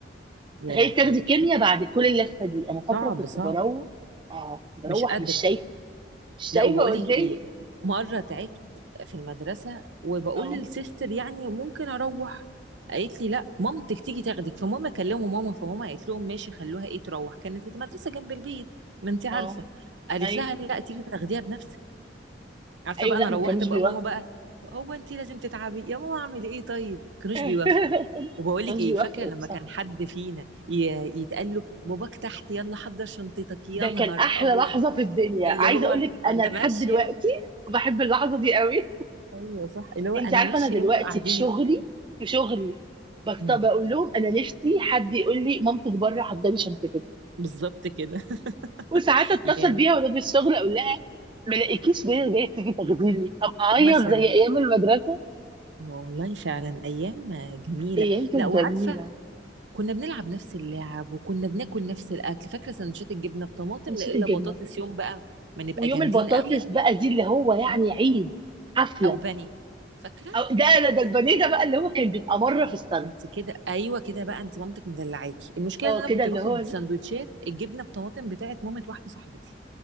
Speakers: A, on the right; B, on the right.
A: يا
B: تخيلي
A: لهوي
B: تاخدي كيمياء بعد كل اللفه دي انا فاكره
A: صعب
B: كنت
A: صعب
B: بروح اه كنت
A: مش
B: بروح
A: قادره
B: مش شايفه مش شايفه
A: لا وبقول
B: قدامي
A: لك ايه مره تعبت في المدرسه وبقول
B: اه
A: للسيستر يعني ممكن اروح قالت لي لا مامتك تيجي تاخدك فماما كلموا ماما فماما قالت لهم ماشي خلوها ايه تروح كانت المدرسه جنب البيت ما انت عارفه
B: اه
A: قالت
B: ايوه
A: لها لا تيجي تاخديها بنفسك عارفه
B: ايوه
A: بقى
B: لا
A: انا روحت
B: ما كانوش
A: بقى
B: بيوافقوا
A: ماما بقى هو انت لازم تتعبي يا ماما اعمل ايه طيب
B: <laughs>
A: كانوش
B: ما
A: بيوافقوا وبقول
B: كانوش
A: لك ايه
B: بيوافقوا
A: فاكره لما
B: صح
A: كان حد فينا ي- يتقال له باباك تحت يلا حضر شنطتك يا
B: ده
A: نهار
B: كان احلى
A: ابيض
B: لحظه في الدنيا
A: اللي
B: عايزه
A: هو
B: اقول لك انا
A: انا
B: لحد
A: ماشيه
B: دلوقتي بحب اللحظه دي قوي
A: ايوه صح اللي هو
B: انت
A: انا
B: عارفه
A: ماشيه
B: انا دلوقتي
A: وانتوا قاعدين
B: في شغلي في شغلي بط-
A: امم
B: بقول لهم انا نفسي حد يقول لي مامتك بره حضري شنطتك
A: بالظبط كده
B: وساعات
A: <laughs>
B: اتصل
A: يا
B: بيها وانا في الشغل اقول لها ما لاقيكيش ليه جاي تيجي تاخديني ابقى اعيط
A: مثلا
B: زي ايام المدرسه
A: اه والله فعلا ايام جميله
B: ايام كانت
A: لا وعارفه
B: جميله
A: كنا بنلعب نفس اللعب وكنا بناكل نفس الاكل فاكره سندوتشات الجبنه بطماطم
B: امسك
A: لا الا
B: الجبنه
A: بطاطس يوم بقى ما نبقى
B: ويوم
A: جامدين
B: البطاطس
A: قوي
B: بقى دي اللي هو يعني
A: اه
B: عيد حفله
A: او بني فاكره
B: أو ده انا ده البانيه
A: يا
B: ده بقى اللي هو كان بيبقى مره في السنه
A: انت كده ايوه كده بقى انت مامتك مدلعاكي المشكله
B: اه
A: ان انا
B: كده
A: كنت
B: اللي
A: باخد
B: هو
A: سندوتشات الجبنه بطماطم بتاعت مامه واحده صاحبتي